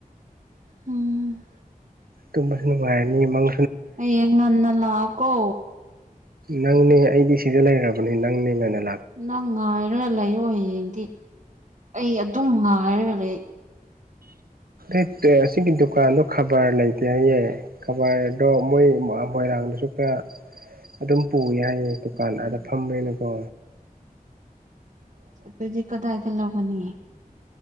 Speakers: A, on the right; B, on the right.
A: ꯎꯝ
B: ꯇꯨꯝꯕꯁꯨ ꯅꯨꯡꯉꯥꯏꯔꯅꯤ ꯃꯪ
A: ꯌꯦꯡ ꯉꯅ ꯂꯥꯛꯀꯣ
B: ꯅꯪꯅꯦ ꯑꯩꯗꯤ ꯁꯤꯗ ꯂꯩꯔꯕꯅꯦ ꯅꯪꯅꯦ ꯂꯩ
A: ꯅꯪ ꯉꯥꯏꯔꯒ ꯂꯩꯑꯣ ꯍꯌꯦꯡꯗꯤ ꯑꯩ ꯑꯗꯨꯝ ꯉꯥꯏꯔꯒ ꯂꯩ
B: ꯑ ꯑꯁꯤꯒꯤ ꯗꯨꯀꯥꯟꯗꯣ ꯈꯕꯔ ꯂꯩꯇꯦ ꯍꯥꯏꯌꯦ ꯈꯕꯔꯗꯣ ꯃꯣꯏ ꯃꯣꯏꯔꯥꯡ ꯑꯗ ꯆꯄꯌꯥ <unintelligible> ꯑꯗꯨꯝ ꯄꯨꯏ ꯍꯥꯏꯌꯦ ꯗꯨꯀꯥꯟ ꯑꯥꯗ ꯐꯝꯃꯦꯅꯀꯣ
A: ꯇꯖꯤ ꯀꯗꯥꯏꯗ ꯂꯧꯒꯅꯤ